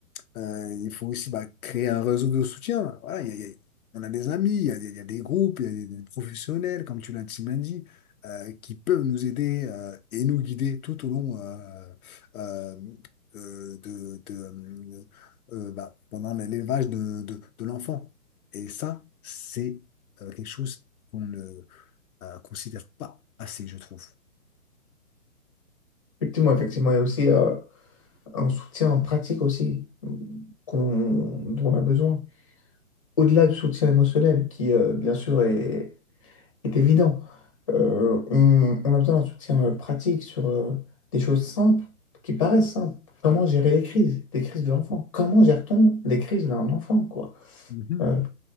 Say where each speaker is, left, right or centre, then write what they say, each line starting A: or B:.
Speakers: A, on the left; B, on the left.
A: Euh, il faut aussi bah, créer un réseau de soutien. Voilà, il y a- il y a- on a des amis, il y a, des il y a des groupes, il y a des, des professionnels, comme tu l'as si bien dit, euh, qui peuvent nous aider euh, et nous guider tout au long euh, euh, euh, de, de, euh, euh, bah, pendant l'élevage de, de, de l'enfant. Et ça, c'est euh, quelque chose qu'on ne euh, considère pas assez, je trouve.
B: Effectivement, effectivement, il y a aussi euh, un soutien pratique aussi qu'on, dont on a besoin. au-delà du soutien émotionnel, qui euh, bien sûr est, est évident, euh, on, on a besoin d'un soutien euh, pratique sur euh, des choses simples, qui paraissent simples. Comment gérer les crises, les crises de l'enfant? Comment gère-t-on les crises d'un enfant, quoi?
A: Mhm.
B: Euh,